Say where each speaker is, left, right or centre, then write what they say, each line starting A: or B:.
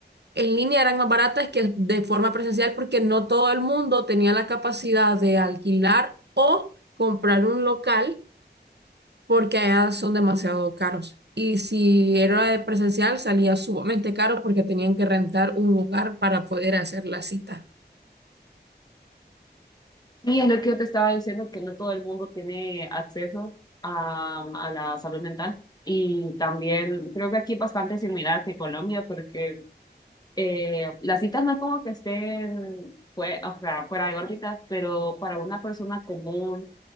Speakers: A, on the right; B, on the left.
A: en línea eran más baratas que de forma presencial porque no todo el mundo tenía la capacidad de alquilar o comprar un local porque allá son demasiado caros. Y si era de presencial, salía sumamente caro porque tenían que rentar un lugar para poder hacer la cita.
B: Sí, es lo que yo te estaba diciendo, que no todo el mundo tiene acceso a, a la salud mental. Y también creo que aquí es bastante similar que Colombia, porque eh, las citas no es como que estén fue, o sea, fuera de órbita, pero para una persona común